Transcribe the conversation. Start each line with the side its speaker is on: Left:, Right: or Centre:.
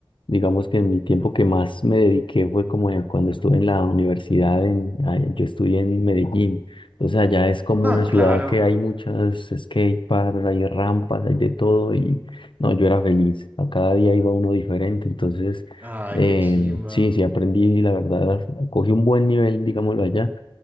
Left: digamos que en mi tiempo que más me dediqué fue como en- cuando estuve en la universidad, en, ah, yo estudié en Medellín, entonces allá es como
Right: Ah,
Left: una ciudad
Right: claro.
Left: que hay muchas skate parks, hay rampas, hay de todo y no, yo era feliz, a cada día iba uno diferente, entonces
Right: Ay,
Left: em,
Right: qué chimba.
Left: sí, sí aprendí, la verdad, cogí un buen nivel, digámoslo allá